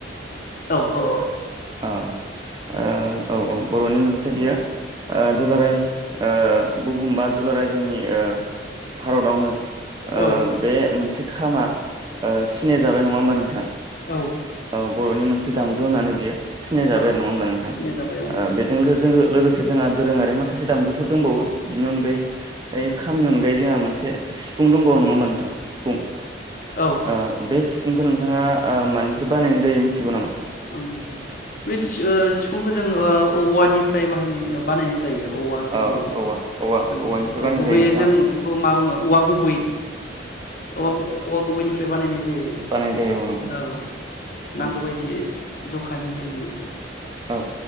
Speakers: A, on the left; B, on the right.
A: औ-औ
B: ओ ओ औ-औ बर'नि मोन से बियो ओ दुलाराय ओ बुहुम बा दुलाराय जोंनि ओ भारतावनो। ओ
A: औ
B: बे मोनसे खामा ओ सिनाय जाबाय नङा होमबा नोंथां।
A: औ
B: औ बर'नि मोनसे दामजु होननानै बियो। सिननाय जाबाय
A: औ
B: आरो नङा होमबा नोंथां
A: सिनाय जाबाय औ
B: ओ बेजों जोङो लोगोसे जोंहा दोरोङारि माखासे दामजुफोर दंबावो बिनि अनगायै यै खामनि अनगायै जोंहा मोनसे सिफुं दंबावो नङा होनबा नोंथां सिफुं।
A: औ
B: ओ बे सि फुंखौ नोंथाङा ओ मानिफ्राय बानायनाय जायो मिथिगौ नामा?
A: ओं बे ओ सि-सिफुंखौ जों ओ औवानिफ्राय बाहायनाय बानायनाय जायो। औवा बिजौ
B: औ औवा औवा
A: जों
B: औवानिफ्राय बानायनाय
A: ओ गुबैयै
B: जायोमोन
A: जों बेखौ मा बुङो? औवा गुबै। औ औवा गुबैनिफ्राय बानायनाय जायो
B: बानायनाय जायो नंगौ
A: औ
B: औ
A: नांगौबायायदि। जखानि जों।
B: औ